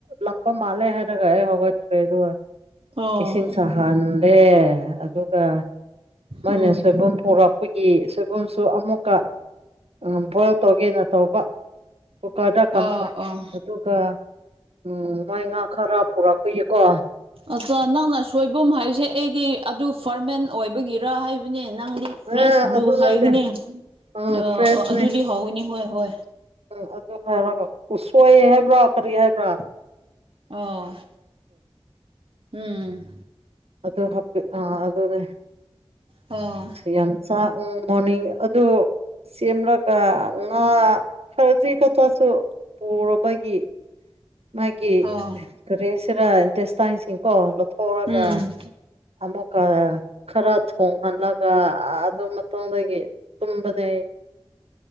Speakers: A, on the right; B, on the right.
A: ꯂꯥꯛꯄ ꯃꯥꯜꯂꯦ ꯍꯥꯏꯔꯒ ꯑꯩ ꯍꯧꯒꯠꯈ꯭ꯔꯦ ꯑꯗꯨꯒ
B: ꯑꯣ
A: ꯏꯁꯤꯡ ꯁꯥꯍꯜꯂꯦ ꯑꯗꯨꯒ ꯃꯣꯏꯅ
B: ꯎꯝ
A: ꯁꯣꯏꯕꯨꯝ ꯄꯨꯔꯛꯄꯒꯤ ꯁꯣꯏꯕꯨꯝꯁꯨ ꯑꯃꯨꯛꯀ ꯎꯝ ꯕꯣꯏꯜ ꯇꯧꯒꯦꯅ ꯇꯧꯕ ꯀꯨꯀꯥꯔꯗ ꯀꯥꯝꯊꯣꯛ
B: ꯑꯥ ꯑꯥ
A: ꯑꯗꯨ ꯒ ꯎꯝ ꯃꯣꯏ ꯉꯥ ꯈꯔ ꯄꯨꯔꯛꯄꯒꯤꯀꯣ
B: ꯑꯆꯥ ꯅꯪꯅ ꯁꯣꯏꯕꯨꯝ ꯍꯥꯏꯕꯁꯦ ꯑꯩꯗꯤ ꯑꯗꯨ ꯐꯔꯃꯦꯟ ꯑꯣꯏꯕꯒꯤꯔ ꯍꯥꯏꯕꯅꯦ ꯅꯪꯗꯤ ꯐ꯭ꯔꯦꯁꯕꯨ
A: ꯑꯦ ꯑꯗꯨ
B: ꯍꯥꯏꯌꯨꯅꯦ
A: ꯅꯠꯇꯦ ꯎꯝ
B: ꯑ
A: ꯐ꯭ꯔꯦꯁꯅꯦ
B: ꯑ ꯑꯗꯨꯗꯤ ꯍꯎꯒꯅꯤ ꯍꯣꯏ ꯍꯣꯏ
A: ꯎꯝ ꯑꯗꯨ ꯍꯥꯏꯔꯒ ꯎꯁꯣꯏ ꯍꯥꯏꯕ꯭ꯔꯣ ꯀꯔꯤ ꯍꯥꯏꯕ꯭ꯔ
B: ꯑꯣ ꯎꯝ
A: ꯑꯗꯨ ꯍꯥꯞꯄꯦ ꯑ ꯑꯗꯨꯅꯦ
B: ꯑꯣ
A: ꯌꯥꯝ ꯆꯥ ꯎꯝ ꯃꯣꯔꯅꯤꯡ ꯑꯗꯨ ꯁꯦꯝꯔꯒ ꯉꯥ ꯈꯖꯤꯛ ꯈꯛꯇꯁꯨ ꯄꯨꯔꯕꯒꯤ ꯃꯥꯒꯤ
B: ꯑꯣ
A: ꯀꯔꯤꯍꯥꯏꯁꯤꯔ ꯏꯟꯇꯦꯁꯇꯥꯏꯁꯤꯡꯀꯣ ꯂꯧꯊꯣꯛꯔꯒ
B: ꯎꯝ
A: ꯑꯃꯨꯛꯀ ꯈꯔ ꯊꯣꯡꯍꯜꯂꯒ ꯑꯗꯨ ꯃꯇꯨꯡꯗꯒꯤ ꯇꯨꯝꯕꯗꯩ